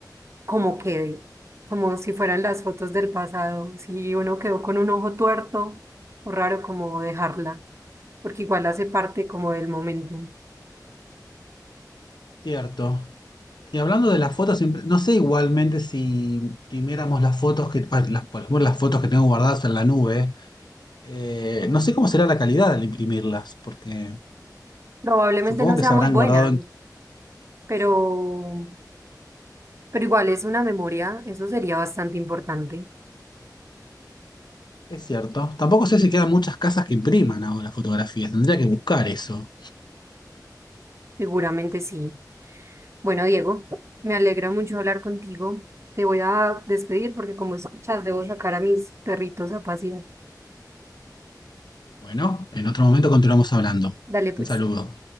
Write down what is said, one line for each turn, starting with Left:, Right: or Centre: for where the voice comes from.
Right: como quede, como si fueran las fotos del pasado. Si uno quedó con un ojo tuerto o raro, como dejarla, porque igual hace parte como del momento.
Left: Cierto. Y hablando de las fotos, siempre- no sé igualmente si imprimiéramos las fotos que, pa- las, por ejemplo, las fotos que tengo guardadas en la nube, eh, no sé cómo será la calidad al imprimirlas, porque
Right: Probablemente
Left: supongo
Right: no
Left: que
Right: sea
Left: se
Right: muy
Left: habrán
Right: buena,
Left: guardado
Right: pero... Pero igual es una memoria, eso sería bastante importante,
Left: Es cierto. Tampoco sé si quedan muchas casas que impriman ahora fotografías. Tendría que buscar eso.
Right: seguramente sí. Bueno, Diego, me alegra mucho hablar contigo. Te voy a despedir porque como escuchas, debo sacar a mis perritos a pasear.
Left: Bueno, en otro momento continuamos hablando.
Right: Dale pues.
Left: Un saludo.